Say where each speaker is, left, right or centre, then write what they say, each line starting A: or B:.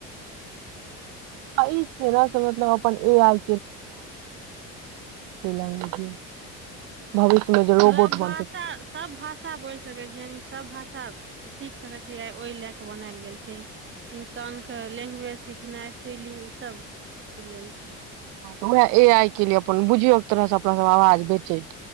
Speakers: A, on the right; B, on the right.
A: ह
B: आ ई केकरा से मतलब अब अपन ए आइ लैंग्वेज मे भविष्य मे जे रोबोट
A: सब भाषा
B: बनतै
A: सब भाषा बोल सकै छी यानि सभ भाषा सीखि सकैत छी। ओहि लेल ई बनायल गेल छै। ई इंसानकेँ भाषा सिखेबाक आ अपन भावना व्यक्त करबाक लेल बनायल गेल छै।
B: वएह अछि। एकरा एना बुझियौ जे एक तरहसँ अपना सभ अपन आवाज बेचैत छी।